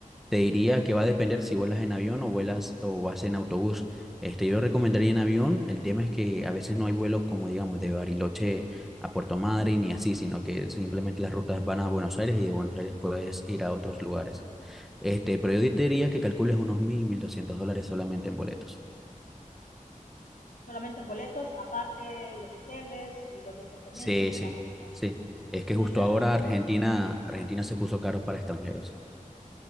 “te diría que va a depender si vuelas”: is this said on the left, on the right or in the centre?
Centre